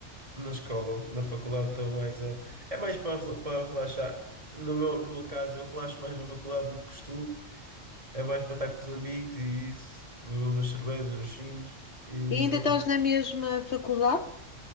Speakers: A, on the right; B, on the left.
A: na escola. Na faculdade estou mais a, é mais para, re- para relaxar. No meu, no meu caso, eu relaxo mais na faculdade do que estudo. é mais para estar com os amigos e isso, beber umas cervejas, os chinos e
B: e ainda
A: pronto.
B: estás na mesma faculdade?